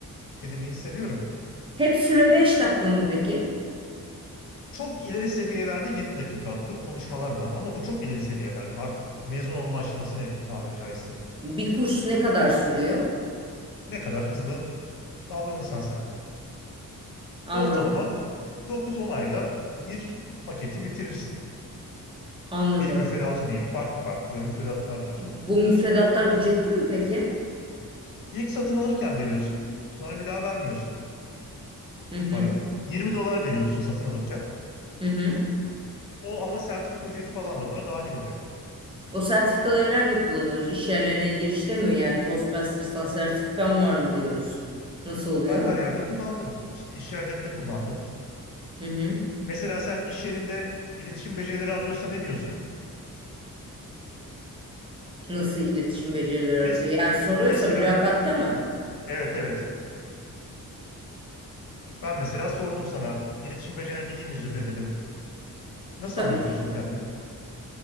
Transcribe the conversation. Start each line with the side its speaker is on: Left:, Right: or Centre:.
Left: tedirgin hissediyorum.
Right: Hep süre 5 dakika mı peki?
Left: Çok ileri seviyelerde 20 dakikalık konuşmalar var ama bu çok ileri seviyelerde artık mezun olma aşamasına yakın tabiri caizse.
Right: Bir kurs ne kadar sürüyor?
Left: Ne kadar hızlı davranırsan sen.
Right: Anladım,
Left: Ortalama 9-10 ayda bir paketi bitirirsin.
Right: anladım.
Left: Bir müfredatı diyeyim. Farklı farklı böyle müfredatlar var.
Right: Bu müfredatlar ücretli mi peki?
Left: İlk satın alırken veriyorsun. Sonra bir daha vermiyorsun
Right: Hı hı,
Left: para. 20 dolar veriyorsun satın alırken.
Right: hı hı.
Left: O ama sertifika ücreti falan da buna dahil oluyor.
Right: O sertifikaları nerede kullanıyoruz? İş yerlerine girişte mi? Yani Toastmasters'tan sertifikam var mı diyoruz. Nasıl oluyor?
Left: Ben her yerde kullandım. İşte iş yerlerinde kullandım.
Right: Hı hı.
Left: Mesela sen iş yerinde iletişim becerileri arıyorsa ne diyorsun?
Right: Nasıl iletişim becerileri
Left: Mes-
Right: arası? Yani soruyorsa
Left: mesela
Right: mülakatta mı?
Left: evet evet. Ben mesela sordum sana iletişim becerilerin iyi mi Zühre dedim. Nasıl
Right: Tabii
Left: anlatıyorsun
Right: ki.
Left: kendini?